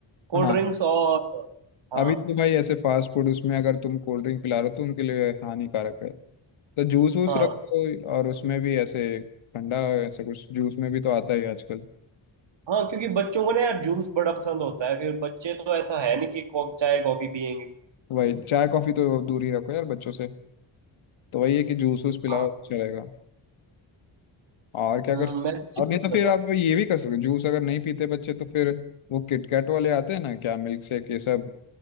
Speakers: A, on the right; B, on the left.
A: कोल्ड
B: हाँ
A: ड्रिंक्स और हाँ
B: अभी तो भाई ऐसे फास्ट फूड उसमें अगर तुम कोल्ड ड्रिंक पिला रहे हो तो उनके लिए हानिकारक है तो जूस वूस
A: हाँ
B: रखो और उसमें भी ऐसे ठंडा ऐसा कुछ जूस में भी तो आता ही है आजकल
A: हाँ क्योंकि बच्चों को ना यार जूस बड़ा पसंद होता है फिर बच्चे तो ऐसा है नहीं कि को- चाय कॉफी पियेंगे
B: वही चाय कॉफी तो दूर ही रखो यार बच्चों से तो वही है कि जूस वूस पिलाओ
A: हाँ
B: अच्छा रहेगा और क्या
A: हम्म,
B: कर सक-
A: मैं
B: और
A: ये सोच
B: नहीं तो
A: रहा
B: फिर आप
A: था
B: ये भी कर सकते हो, जूस अगर नहीं पीते बच्चे तो फिर वो किटकैट वाले आते हैं ना क्या मिल्क शेक ये सब